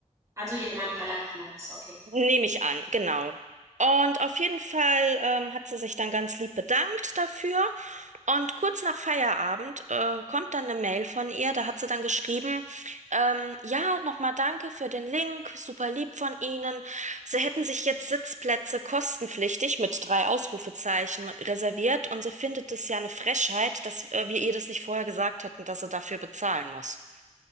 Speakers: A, on the right; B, on the right.
A: Also jemand relativ Neues, okay.
B: Nehme ich an, genau. Und auf jeden Fall ähm, hat sie sich dann ganz lieb bedankt dafür. Und kurz nach Feierabend äh, kommt dann eine Mail von ihr, da hat sie dann geschrieben, ähm, ja, nochmal danke für den Link, super lieb von Ihnen. Sie hätten sich jetzt Sitzplätze kostenpflichtig mit drei Ausrufezeichen reserviert und sie findet es ja eine Frechheit, dass äh, wir ihr das nicht vorher gesagt hätten, dass sie dafür bezahlen muss.